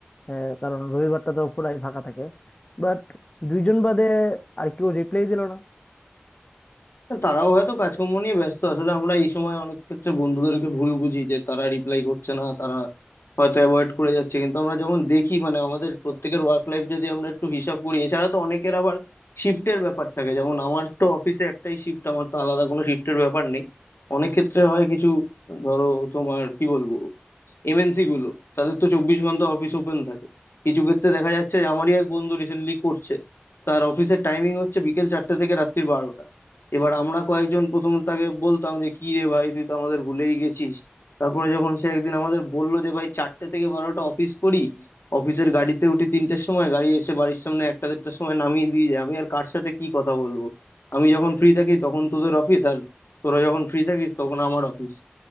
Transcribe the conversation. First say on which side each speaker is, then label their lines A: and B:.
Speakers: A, on the left; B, on the left.
A: আহ, কারণ রবিবারটা তো পুরাই ফাঁকা থাকে বাট দুইজন বাদে আর কেউ রিপ্লাই দিল না
B: তারাও হয়তো কাজকর্ম নিয়ে ব্যস্ত আসলে আমরা এই সময় অনেক ক্ষেত্রে বন্ধুদেরকে ভুল বুঝি যে তারা রিপ্লাই করছে না তারা হয়তো অ্যাভয়েড করে যাচ্ছে কিন্তু আমরা যখন দেখি মানে আমাদের প্রত্যেকের ওয়ার্ক লাইফ যদি আমরা একটু হিসাব করি এছাড়া তো অনেকের আবার শিফটের ব্যাপার থাকে যেমন আমার তো অফিসে একটাই শিফট আমার তো আলাদা কোনো শিফটের ব্যাপার নেই অনেক ক্ষেত্রে হয় কিছু ধরো তোমার কি বলবো এমএনসি গুলো তাদের তো চব্বিশ ঘন্টা অফিস ওপেন থাকে কিছু ক্ষেত্রে দেখা যাচ্ছে যে আমারই এক বন্ধু রিসেন্টলি করছে তার অফিসের টাইমিং হচ্ছে বিকেল চারটে থেকে রাত্রির বারোটা এবার আমরা কয়েকজন প্রথম তাকে বলতাম যে কি রে ভাই তুই তো আমাদের ভুলেই গেছিস তারপরে যখন সে একদিন আমাদের বললো যে ভাই চারটে থেকে বারোটা অফিস করি অফিসের গাড়িতে উঠি তিনটের সময় গাড়ি এসে বাড়ির সামনে একটা দেড়টার সময় নামিয়ে দিয়ে যায় আমি আর কার সাথে কি কথা বলবো আমি যখন ফ্রি থাকি তখন তোদের অফিস আর তোরা যখন ফ্রি থাকিস তখন আমার অফিস